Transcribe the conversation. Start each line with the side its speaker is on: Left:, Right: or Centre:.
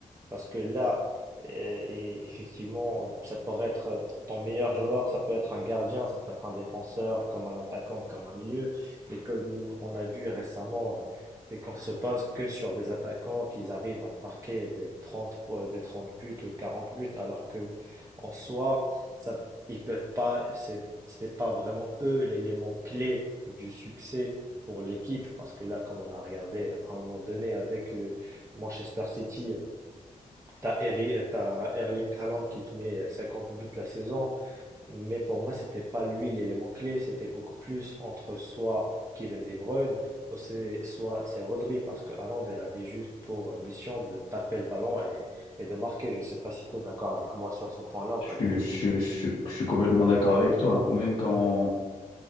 Right: Parce que là, euh, et effectivement, ça pourrait être ton meilleur joueur, ça peut être un gardien, ça peut être un défenseur, comme un attaquant, comme un milieu. Et comme on a vu récemment, euh, c'est qu'on se base que sur des attaquants qui arrivent à te marquer des trente po- des 30 buts, ou 40 buts, alors que en soi, ça ils peuvent pas, c'est, c'est pas vraiment eux l'élément clé du succès pour l'équipe, parce que là, comme on a regardé à un moment donné avec le Manchester City, t'as Eri- t'as Erling Haaland qui te met 50 buts la saison, mais pour moi, c'était pas lui l'élément clé, c'était beaucoup plus entre soit Kevin De Bruyne, ou c'est- soit c'est Rodri, parce que Haaland, elle avait juste pour mission de taper le ballon et, et de marquer. Je sais pas si tu es d'accord avec moi sur ce point-là ou
Left: Je,
Right: pas du tout.
Left: suis je suis- je suis- je suis complètement d'accord avec toi. Ou même quand